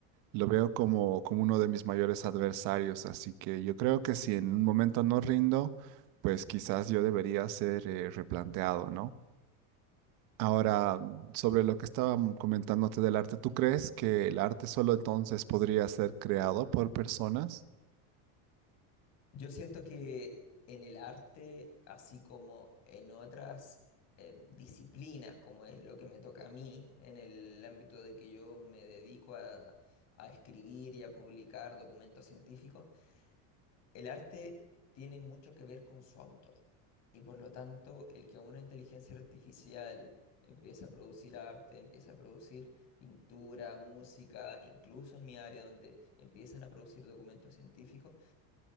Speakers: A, on the right (about 50°); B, on the left (about 40°).
A: Lo veo como, como uno de mis mayores adversarios, así que yo creo que si en un momento no rindo, pues quizás yo debería ser eh, replanteado, ¿no? Ahora, sobre lo que estaba comentándote del arte, ¿tú crees que el arte solo entonces podría ser creado por personas?
B: Yo siento que en el arte, así como en otras em, disciplinas, como es lo que me toca a mí, en el ámbito de que yo me dedico a, a escribir y a publicar documentos científicos, El arte tiene mucho que ver con su autor y por lo tanto el que una inteligencia artificial empiece a producir arte, empiece a producir pintura, música, incluso en mi área donde empiezan a producir documentos científicos,